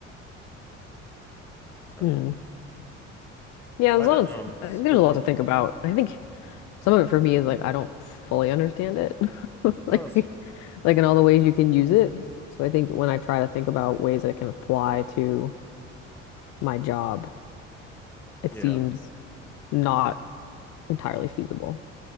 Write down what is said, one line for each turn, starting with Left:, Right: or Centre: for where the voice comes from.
Centre: So
Left: Mm. Yeah,
Centre: I
Left: there's
Centre: don't
Left: a lot of
Centre: know. It's
Left: I think
Centre: food
Left: there's a lot
Centre: for
Left: to think about. I think some of it for me is like I don't fully understand it. <laughs>
Centre: no,
Left: Like
Centre: it's,
Left: like in all the ways you can use it. So I think when I try to think about ways I can apply to my job, it
Centre: yeah.
Left: seems not entirely feasible.